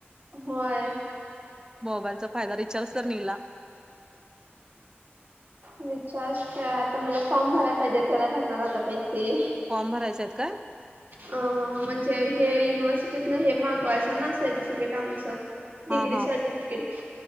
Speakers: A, on the right; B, on the right.
A: होय
B: मोबाईलचा फायदा रिचार्ज तर निघला
A: रिचार्ज आता मला फॉर्म भरायला पाहिजे त्याला घालणार आता पैसे
B: फॉर्म भरायच्यात का
A: अ म्हणजे हे युनिव्हर्सिटीतन हे मागवायचं ना सर्टिफिकेट आमच डग्री
B: हा हा
A: सर्टिफिकेट